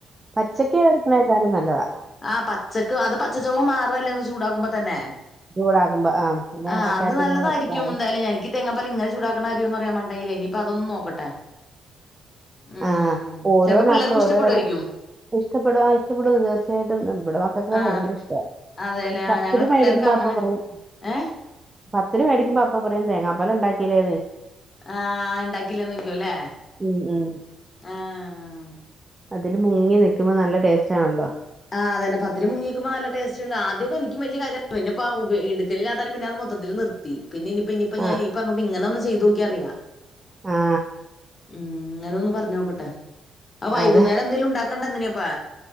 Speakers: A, on the right (about 20°); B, on the left (about 35°).
A: പച്ചക്ക് അരക്ക്ണേക്കാലും നല്ലതാ
B: ആ പച്ചക്ക് അത് പച്ചചൊവ മാറല്ലേ ഒന്ന് ചൂടാക്കുമ്പോ തന്നെ
A: ചൂടാക്കുമ്പോ ആ പിന്നെ
B: ആഹ്
A: എണ്ണക്കകത്ത്
B: അത് നല്ലതായിരിക്കും
A: ഇങ്ങനെ ഇതായി.
B: എന്തായാലും എനിക്കി - തേങ്ങാപാല് ഇങ്ങെന ചൂടാക്കണ കാര്യംഒന്നും അരിയാൻ പാടില്ല ഇനിപ്പോ അതൊന്ന് നോക്കട്ടെ ഉം
A: ആ ഓരോ
B: ചെലപ്പോ പിള്ളേർക്കും
A: നാട്ടിലും ഓരോ
B: ഇഷ്ടപ്പെടുവായിരിക്കും
A: തരം- ഇഷ്ടപ്പെടോ ആ ഇഷ്ടപ്പെടുംഅത് തീർച്ചയായിട്ടും ഇവിടെ മക്കക്കാ
B: ആഹ്
A: ഭയങ്കരിഷ്ടാ
B: അതെല്ലേ
A: പത്തിരി
B: ആഹ് ഞങ്ങള് പിള്ളേർക്ക്
A: മേടിക്കുമ്പോ
B: അങ്ങനെ
A: അപ്പൊ പറയും-
B: ഏഹ്
A: പത്തിരിമേടിക്കുമ്പോ അപ്പൻ പറയും തേങ്ങാപ്പല് ഇണ്ടാക്കീല്ലേ
B: ആഹ് ഇണ്ടാക്കില്ലേന്ന് ചോദിക്കുംയില്ലേ
A: <unintelligible>
B: ആഹ്
A: അതില് മുങ്ങി നിക്കുമ്പോ നല്ല ടേസ്റ്റാണല്ലോ
B: ആ തന്നെ പത്തിരി മുങ്ങി നിക്കുമ്പോ നല്ല ടേസ്റ്റ്ണ്ട് ആദ്യക്കെ എനിക് വലിയ കാര്യയായിരുന്നു പിന്നെപ്പൊ എടുക്കലിലാതെ പിന്നെ മൊത്തിത്തില് നിർത്തി പിന്നെ ഇനിയിപ്പ ഇനിയിപ്പ ഞാൻ
A: ആ
B: ഈ പറഞ്ഞ കൂട്ട് ഇങ്ങനൊന്ന് ചെയ്ത് നോക്കിയാൽ അറിയാം
A: ആ
B: അന്നേരം ഒന്ന് പറഞ് നോക്കട്ടെ ആ വൈകുന്നേരം
A: അത്
B: എന്തേങ്കിലും ഉണ്ടാക്ക്- കണ്ടന്നനിയപ്പാ